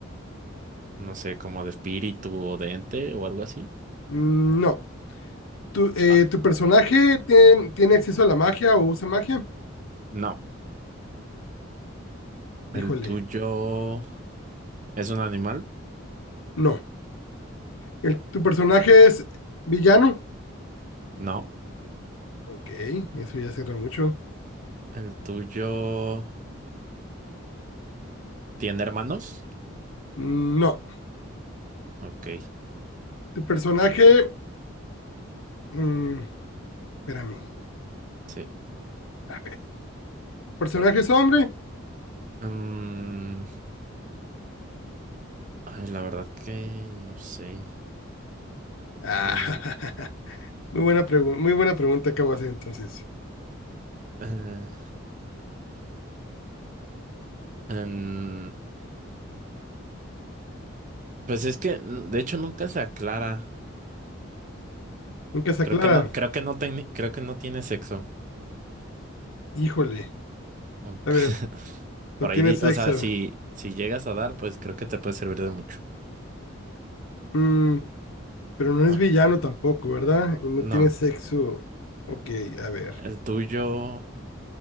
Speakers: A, on the right; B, on the left.
A: no sé, como de espíritu o de ente o algo así?
B: Mm, No. ¿Tu, eh,
A: Ah,
B: ¿tu personaje tiene, tiene acceso a la magia o usa magia?
A: no.
B: Híjole.
A: ¿El tuyo es un animal?
B: No. El, ¿Tu personaje es villano?
A: No.
B: Ok, eso ya cierra mucho.
A: ¿El tuyo tiene hermanos?
B: No.
A: Ok,
B: ¿Tu personaje... mm, espérame.
A: sí.
B: A ver. ¿Personaje es hombre?
A: Mm, ay, la verdad que no sé.
B: Ah,
A: Mm,
B: <laughs> muy buena pregunta, muy buena pregunta acabo de
A: ah,
B: hacer entonces.
A: eh, em, pues es que, mm, de hecho, nunca se aclara.
B: Nunca se
A: Creo
B: aclara.
A: que no, creo que no, tiene- creo que no tiene sexo.
B: Híjole.
A: Ok.
B: A
A: <laughs>
B: ver,
A: Por
B: no tiene
A: ahí, di-
B: sexo.
A: o sea, si, si llegas a dar, pues creo que te puede servir de mucho.
B: Mm, pero no es
A: Ok.
B: villano tampoco, ¿verdad? Y no
A: No,
B: tiene sexo. Ok, a ver.
A: el tuyo,